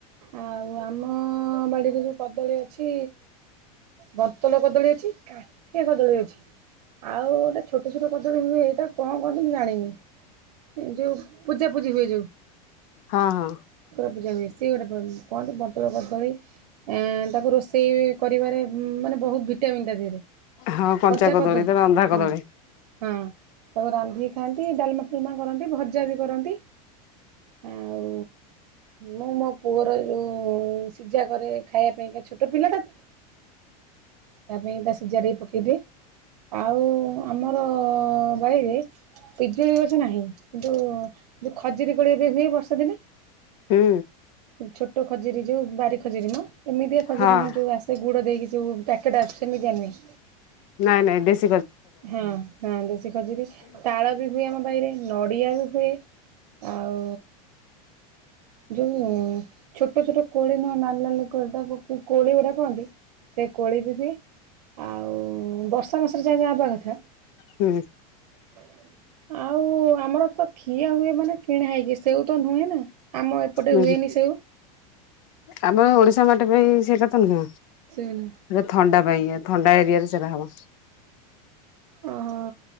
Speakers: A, on the right; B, on the left.
A: ଆଉ ଆମ ବାଡିରେ ଯୋଉ କଦଳୀ ଅଛି ବନ୍ତଲ କଦଳୀ ଅଛି କାଠିଆ କଦଳୀ ଅଛି ଆଉ ଗୋଟା ଛୋଟ ଛୋଟ କଦଳୀ ହୁଏ ଏଇଟା କଣ କହନ୍ତି ମୁଁ ଜାଣିନି ଯୋଉ ପୂଜାପୂଜି ହୁଏ ଯୋଉ।
B: ହଁ ହଁ।
A: <unintelligible> କହନ୍ତି ବଟଳ କଦଳୀ। ଏ ତାକୁ ରୋଷେଇ କରିବାରେ ମାନେ ବହୁତ ଭିଟାମନ୍ ତା ଦେହରେ
B: ହଁ
A: କଞ୍ଚା କଦଳୀ
B: ତାର ରନ୍ଧା କଦଳୀ
A: ହଁ ହଁ। ତାକୁ ରାନ୍ଧିକି ଖାଆନ୍ତି ଡାଲମା ଫାଲମା କରନ୍ତି ଭଜା ବି କରନ୍ତି ଆଉ ମୁଁ ମୋ ପୁଅର ଯୋଉ ସିଝା କରେ ଖାଇବା ପାଇଁକା ଛୋଟ ପିଲାଟା ତ ତା ପାଇଁ ତା ସିଝାରେ ପକେଇଦିଏ ଆଉ ଆମର ବାଇରେ ପିଜୁଳି ଗଛ ନାହିଁ କିନ୍ତୁ ଯୋଉ ଖଜୁରୀ କୋଳି ଏବେ ହୁଏ ବର୍ଷା ଦିନେ
B: ହୁଁ।
A: ଛୋଟ ଖଜୁରୀ ଯୋଉ ବାରି ଖଜୁରି ମ ଏମିତିଆ ଖଜୁରୀ
B: ହଁ
A: ନୁହଁ ଯୋଉ ଆସେ ଗୁଡ ଦେଇକି ଯଉ ପାକେଟ ଆସଛନ୍ତି ଜାନି
B: ନାଇଁ ନାଇଁ ଦେଶ
A: ହଁ ହଁ ଦେଶୀ ଖଜୁରୀ ତାଳ ବି ହୁଏ ଆମ ବାଇରେ। ନଡ଼ିଆ ବି ହୁଏ। ଆଉ ଯୋଉ ଛୋଟ ଛୋଟ କୋଳି ନୁହ ନାଲି ନାଲି ତାକୁ କି କୋଳି ଗୁଡା କୁହନ୍ତି ସେ କୋଳି ବି ହୁଏ। ଆଉ ବର୍ଷା ମାସରେ ଯା କ କଥା
B: ହୁଁ
A: <inaudible> ଆଉ ଆମର ତ ଖିଆ ହୁଏ ମାନେ କିଣା ହେଇକି ସେଉ ତ ନୁହେଁ ନା। ଆମ ଏପଟେ
B: ହୁଁ
A: ହୁଏନି ସେଉ।
B: ଆମ ଓଡିଶା ମାଟି ସେଇଟା ତ ନୁହଁ।
A: ସେଉ ନୁହେଁ।
B: ମାନେ ଥଣ୍ଡା ପାଇଁକା ଥଣ୍ଡା ଏରିଆରେ ହବ।
A: ଓହୋ